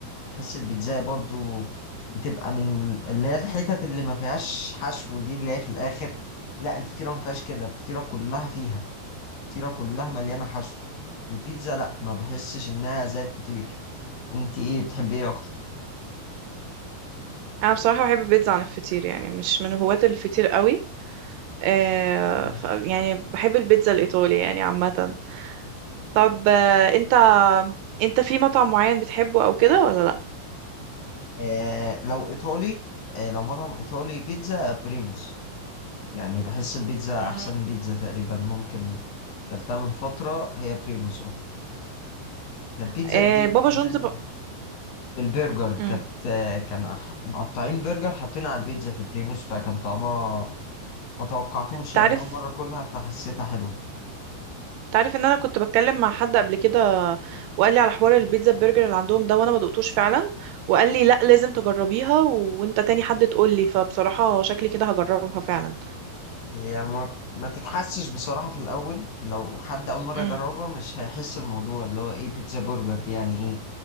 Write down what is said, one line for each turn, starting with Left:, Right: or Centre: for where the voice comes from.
Left: حس البيتزاية برضو بتبقى من اللي هي الحتت اللي ما فيهاش حشو دي اللي هي في الآخر لا الفطيرة ما فيهاش كده الفطيرة كلها فيها الفطيرة كلها مليانة حشو البيتزا لا ما بحسش إنها زي الفطير أنت إيه بتحبي إيه أكتر؟
Right: انا بصراحة بحب البيتزا عن الفطير يعني مش من هواة الفطير قوي آه
Left: ماشي
Right: ف يعني بحب البيتزا الايطالي يعني عامة طب آه انت انت في مطعم معين بتحبه او كده ولا لا
Left: آه لو إيطالي آه لو مطعم إيطالي بيتزا بريموس يعني بحس البيتزا
Right: مم.
Left: أحسن بيتزا تقريبا ممكن كلتها من فترة هي بريموس اه كانت بيتزا
Right: آه
Left: جديدة
Right: بابا
Left: كمان
Right: جونز ب...
Left: بالبرجر
Right: مم.
Left: كانت كان أح- مقطعين برجر حاطينها على البيتزا في بريموس فكان طعمها ما توقعتوش
Right: تعرف
Left: يعني أول مرة أكلها فحسيتها حلوة
Right: تعرف ان انا كنت بتكلم مع حد قبل كده وقال لي على حوار البيتزا برجر اللي عندهم ده وانا ما دقتوش فعلا وقال لي لا لازم تجربيها و- وانت تاني حد تقول لي فبصراحة شكلي كده هجربها فعلا
Left: هي ما, ما تتحسش بصراحة في الأول لو حد أول مرة
Right: امم
Left: يجربها مش هيحس الموضوع اللي هو إيه بيتزا برجر دي يعني إيه